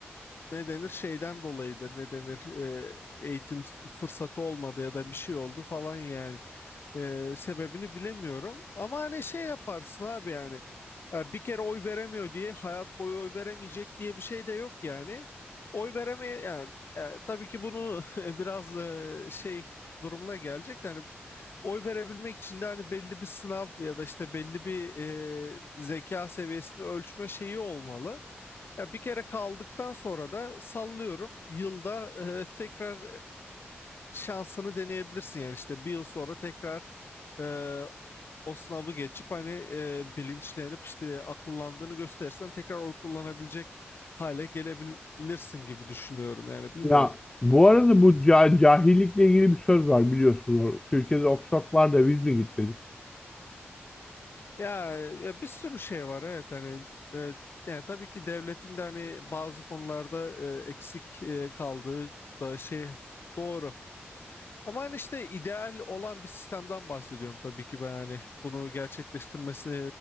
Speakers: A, on the left; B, on the left.
A: ne denir şeyden dolayıdır ne denir e, eğitim fırsatı olmadı ya da bir şey oldu falan yani. Ee, sebebini bilemiyorum. Ama hani şey yaparsın abi yani. Ya bir kere oy veremiyor diye hayat boyu oy veremeyecek diye bir şey de yok yani. Oy veremeye yani e, tabii ki bunu <laughs> biraz e, şey durumuna gelecek. de Hani oy verebilmek için de hani belli bir sınav ya da işte belli bir e, zeka seviyesini ölçme şeyi olmalı. Ya bir kere kaldıktan sonra da sallıyorum yılda e, tekrar şansını deneyebilirsin yani işte bir yıl sonra tekrar e, o sınavı geçip hani e, bilinçlenip işte akıllandığını gösterirsen tekrar oy kullanabilecek hale gelebilirsin gibi düşünüyorum yani bilmiyorum.
B: Ya bu arada bu ca- cahillikle ilgili bir söz var biliyorsunuz. Türkiye'de Oxford var da biz mi gitmedik?
A: Ya, ya bir sürü şey var evet hani e, yani tabii ki devletin de hani bazı konularda e, eksik e, kaldığı da şey doğru. Ama hani işte ideal olan bir sistemden bahsediyorum tabii ki ben hani bunu gerçekleştirmesi